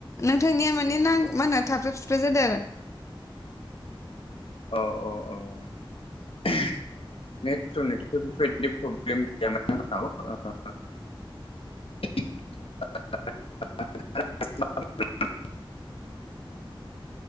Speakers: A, on the left; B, on the left.
A: नोंथांनिया माने ना मा होनो थाबथा थुब था जादों आरो ।
B: अ अ अ नेट्रनिथ' बेफोरबायदि प्रब्लेम गैयामोन आंनाव ओ <unintelligible>